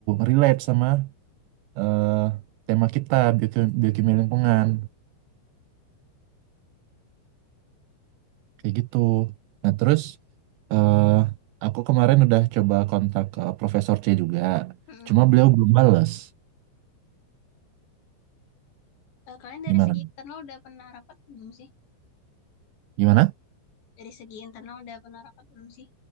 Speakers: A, on the right; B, on the left.
A: relate sama eh, tema kita, biokimia, biokimia lingkungan. kayak gitu. Nah, terus eh aku kemarin udah coba kontak ke Profesor C juga.
B: Mm-mm.
A: Cuma beliau belum bales.
B: Eh, kalian
A: Gimana?
B: dari segi internal udah pernah rapat belum sih?
A: Gimana?
B: Dari segi internal udah pernah rapat belum sih?